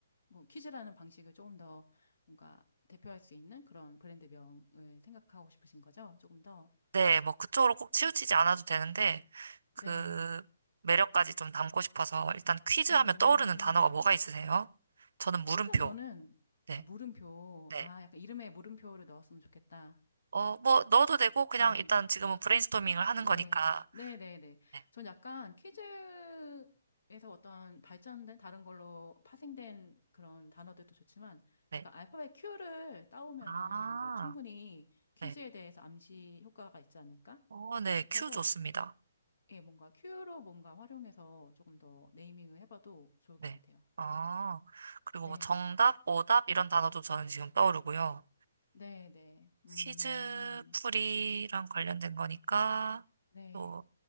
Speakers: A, on the left; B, on the right.
A: 뭐 퀴즈라는 방식을 조금 더 뭔가 대표할 수 있는 그런 브랜드명을 생각하고 싶으신 거죠? 조금 더.
B: 네, 뭐 그쪽으로 꼭 치우치지 않아도 되는데 그
A: 네,
B: 매력까지 좀 담고 싶어서 일단 퀴즈
A: 음,
B: 하면 떠오르는 단어가 뭐가 있으세요? 저는 물음표.
A: 일단 저는,
B: 네.
A: 아, 물음표,
B: 네.
A: 아, 약간 이름에 물음표를 넣었으면 좋겠다.
B: 어, 뭐 넣어도 되고 그냥
A: 예.
B: 일단 지금은 브레인스토밍을 하는
A: 네,
B: 거니까.
A: 네, 네, 네.
B: 네.
A: 전 약간 퀴즈에서 어떤 발전된 다른 걸로 파생된 그런 단어들도 좋지만
B: 네.
A: 약간 알파벳 Q를 따오면은
B: 아.
A: 뭔가 충분히 퀴즈에
B: 네.
A: 대해서 암시 효과가 있지 않을까
B: 어, 네,
A: 싶어서
B: 큐 좋습니다.
A: 예, 뭔가 Q로 뭔가 활용해서 조금 더 네이밍을 해봐도 좋을
B: 네.
A: 것 같아요.
B: 아, 그리고
A: 네,
B: 뭐 정답, 오답 이런 단어도 저는 지금 떠오르고요.
A: 네, 네. 음,
B: 퀴즈 풀이랑 관련된 거니까
A: 네.
B: 또